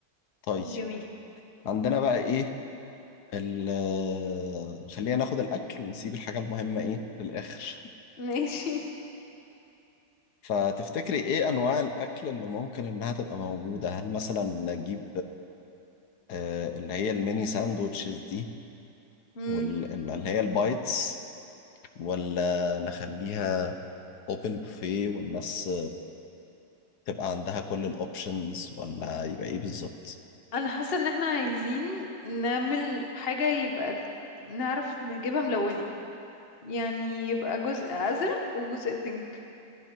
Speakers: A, on the left; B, on the left.
A: طيب
B: جميل
A: عندنا بقى إيه ال- خلينا ناخد الأكل ونسيب الحاجة المهمة إيه للآخر
B: <laughs> ماشي
A: فتفتكري ايه انواع الاكل اللي ممكن انها تبقى موجودة هل مثلا نجيب آه، اللي هي الميني ساندوتشز دي
B: امم
A: واللي هي البايتس ولا نخليها اوبن بوفيه والناس تبقى عندها كل الاوبشنز ولا يبقى ايه بالظبط
B: انا حاسه ان احنا عايزين نعمل حاجه يبقى نعرف نجيبها ملونه يعني يبقى جزء ازرق وجزء بينك